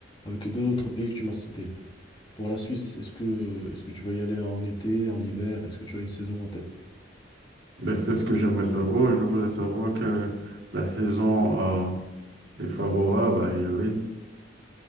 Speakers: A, on the left; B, on the right.
A: avec les deux autres pays que tu m'as cités. Pour la Suisse, est-ce que, est-ce que tu vas y aller en été, en hiver? Est-ce que tu as une saison en tête?
B: Ben, c'est ce que j'aimerais savoir. Je voulais savoir quelle est la saison euh, est favorable à y aller.